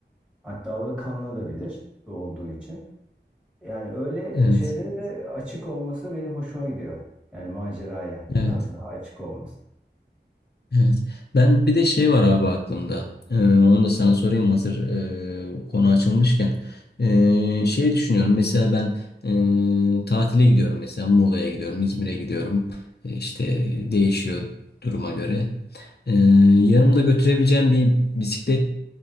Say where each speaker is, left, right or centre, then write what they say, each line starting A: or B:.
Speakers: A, in the centre; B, on the left.
A: Hatta orada kalınabilir su olduğu için. Yani öyle
B: evet,
A: şeylere de açık olması benim hoşuma gidiyor. Yani maceraya
B: evet,
A: biraz daha açık olması.
B: evet. Ben bir de şey var abi aklımda. Ee, onu da sana sorayım hazır e, konu açılmışken. Ee, şey düşünüyorum mesela ben e, tatile gidiyorum mesela Muğla'ya gidiyorum, İzmir'e gidiyorum. E, İşte değişiyor duruma göre. Ee, yanımda götürebileceğim bir bisiklet